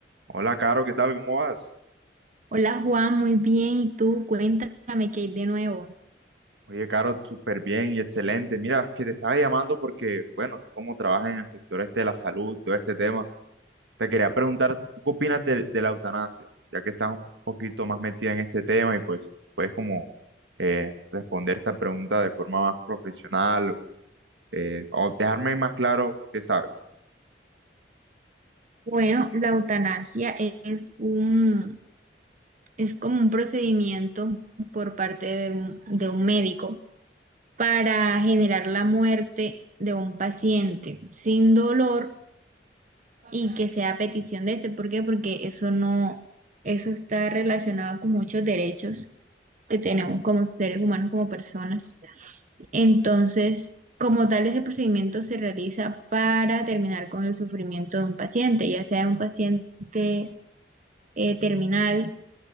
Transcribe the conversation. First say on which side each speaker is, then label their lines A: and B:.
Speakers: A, on the right; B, on the right.
A: Hola, Caro, ¿qué tal? ¿Cómo vas?
B: Hola Juan, muy bien. ¿Y tú? Cuéntame qué hay de nuevo.
A: Oye, Caro, súper bien y excelente. Mira, es que te estaba llamando porque, bueno, tú como trabajas en el sector este de la salud, todo este tema, te quería preguntar, ¿tú qué opinas de, de la eutanasia? Ya que estás un poquito más metida en este tema y pues puedes como eh, responder esta pregunta de forma más profesional o, eh, o dejarme más claro qué sabes.
B: Bueno, la eutanasia es un, es como un procedimiento por parte de un, de un médico para generar la muerte de un paciente sin dolor y que sea a petición de este. ¿Por qué? Porque eso no, eso está relacionado con muchos derechos que tenemos como seres humanos, como personas. Entonces, como tal, ese procedimiento se realiza para terminar con el sufrimiento de un paciente, ya sea un paciente eh, terminal